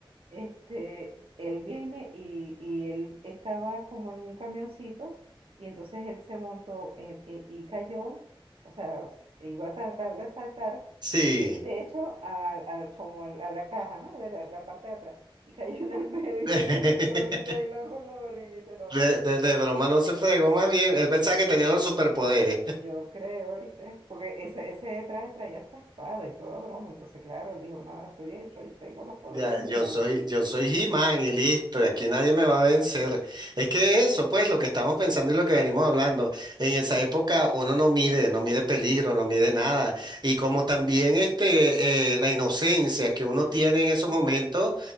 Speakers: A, on the right; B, on the right.
A: este, él viene y, y él estaba como en un camioncito y entonces él se montó en- y, y cayó, o sea, s- iba a tratar de saltar
B: sí.
A: del techo al- al- como al- a la caja, ¿no? De la, la parte de atrás. Y cayó en el medio
B: <laughs>
A: <laughs> el gordito ahí la- con la barriguita enorme.
B: De, de, de broma no se fregó más bien. Él pensaba que tenía los superpoderes.
A: Yo creo, ¿viste? Porque ese, ese traje traía hasta espada y toda broma. Entonces, claro, él dijo, nada, estoy hecho, ahí tengo los poderes
B: Ya,
A: y
B: yo
A: man.
B: soy, yo soy He-Man y listo, y aquí nadie me va a vencer. Es que eso, pues, lo que estamos pensando y lo que venimos hablando. En esa época uno no mide, no mide peligro, no mide nada. Y como también este, eh, la inocencia que uno tiene en esos
A: Claro,
B: momentos.